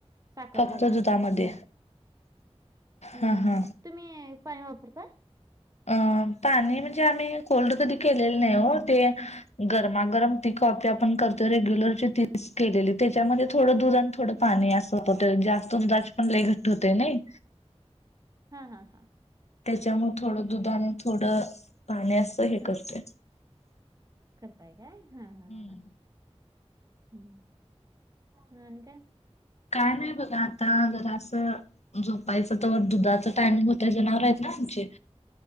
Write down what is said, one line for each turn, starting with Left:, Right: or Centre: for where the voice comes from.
Right: साखर
Left: फक्त
Right: घालून
Left: दुधामध्ये
Right: आपल्यापूर हम्म.
Left: हा हा.
Right: तुम्ही पाणी वापरताय?
Left: अ पाणी म्हणजे आम्ही कोल्ड कधी केलेले नाही हो ते गरमागरम ती कॉपी आपण करतो रेग्युलरची तीच केलेली त्याच्यामध्ये थोडं दूध आणि थोडं पाणी असं पटे जास्तुन जास पण लय घट्ट होते नाही.
Right: हा हा हा.
Left: त्याच्यामुळे थोडं दुध आणि थोडं पाणी असं हे
Right: हां.
Left: करतोय.
Right: करताय काय हा हा
Left: हम्म.
Right: हा. हम्म म आणि काय?
Left: काय नाही बघा आ का जर असं झोपायचं तर दुधाचा टायमिंग होतय जनावर आहेत ना आमचे